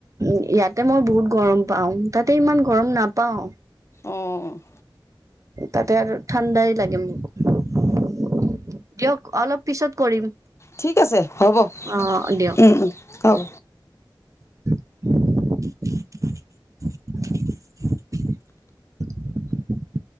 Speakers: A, on the right; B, on the left.
A: উম ইয়াতে মই বহুত গৰম পাও তাতে ইমান গৰম নাপাও।
B: অ'
A: তাতে আৰু ঠাণ্ডাই লাগে মোক। দিয়ক অলপ পিছত কৰিম।
B: ঠিক আছে হ'ব
A: অ দিয়ক
B: উম উম হ'ব।
A: <inaudible> <inaudible>